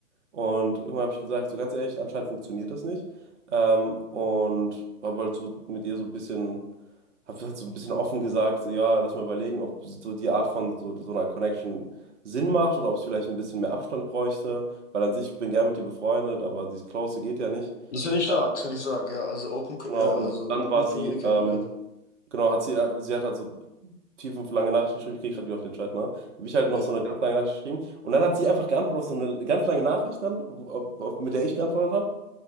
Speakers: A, on the right (about 50°); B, on the left (about 50°).
A: und irgendwann habe ich gesagt, so ganz ehrlich, anscheinend funktioniert das nicht. Ähm, und habe halt so mit ihr so ein bisschen, habe halt so ein bisschen offen gesagt, so ja, lass mal überlegen, ob so die Art von so, so einer Connection Sinn macht oder ob es vielleicht ein bisschen mehr Abstand bräuchte, weil an sich, ich bin gern mit ihr befreundet, aber dieses Close geht ja nicht.
B: Das finde ich stark,
A: Ja,
B: das finde ich stark, ja. Also open, co-
A: genau,
B: ja,
A: und
B: also
A: dann
B: gut
A: war sie,
B: communicated,
A: ähm,
B: ja.
A: Genau, hat sie, äh, sie hat halt so vier, fünf lange Nachrichten geschrieben. Ich gehe gerade wieder auf den Chat, ne? Habe ich halt
B: Ja,
A: noch so eine ganz lange Nachricht geschrieben. Und dann hat sie einfach geantwortet auf so eine ganz lange Nachricht dann, wo- auf, auf, mit der ich geantwortet